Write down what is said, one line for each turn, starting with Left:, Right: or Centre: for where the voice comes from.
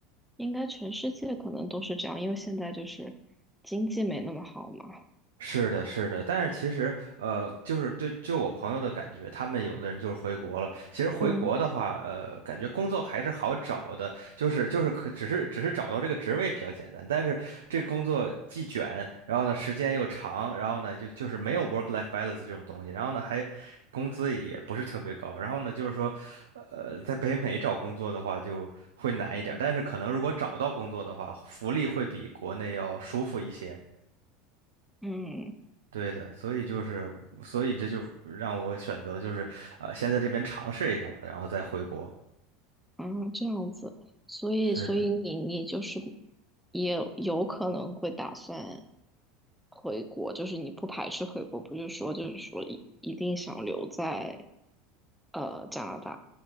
Centre: 应该全世界可能都是这样，因为现在就是经济没那么好嘛。
Right: 是的，是的，但是其实，呃，就是对，就我朋友的感觉，他们有的人就是回国了。其实回国的话，
Centre: 嗯
Right: 呃，感觉工作还是好找的，就是就是可只是只是找到这个职位比较简单，但是这个工作既卷，然后呢时间又长，然后呢就就是没有 work-life balance 这种东西，然后呢还工资也不是特别高，然后呢就是说，呃，在北美找工作的话就会难一点儿但是可能如果找到工作的话，福利会比国内要舒服一些。
Centre: 嗯。
Right: 对的，所以就是，所以这就让我选择就是，呃，先在这边尝试一下吧，然后再回国。
Centre: 啊，这样子，所以，
Right: 是的。
Centre: 所以你你就是也有可能会打算回国，就是你不排斥回国，不是说就是说一一定想留在呃加拿大。